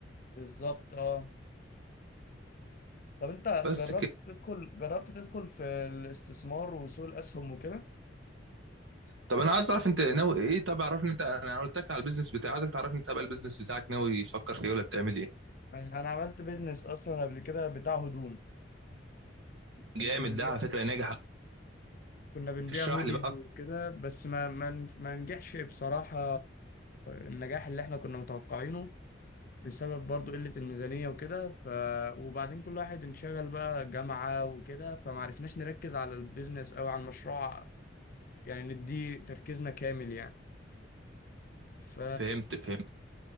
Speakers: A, on the left; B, on the right.
A: بالظبط اه طب انت
B: بس
A: جربت تدخل جربت تدخل في الاستثمار وسوق الأسهم وكده؟
B: طب انا عايز اعرف انت ناوي ايه طب عرفني انت انا قلت لك على البيزنس بتاعي عايزك تعرفني انت بقى البيزنس بتاعك ناوي يفكر في ايه ولا بتعمل ايه
A: يعني أنا عملت بيزنس أصلا قبل كده بتاع هدوم
B: جامد
A: كنا بنبيع
B: ده على فكره ناجح
A: كنا بنبيع
B: اشرح
A: هوديز
B: لي بقى
A: وكده بس ما ما ما نجحش بصراحة النجاح اللي احنا كنا متوقعينه بسبب برضو قلة الميزانية وكده ف وبعدين كل واحد انشغل بقى جامعة وكده فمعرفناش نركز على البيزنس أو على المشروع يعني نديه تركيزنا كامل يعني ف
B: فهمت فهمت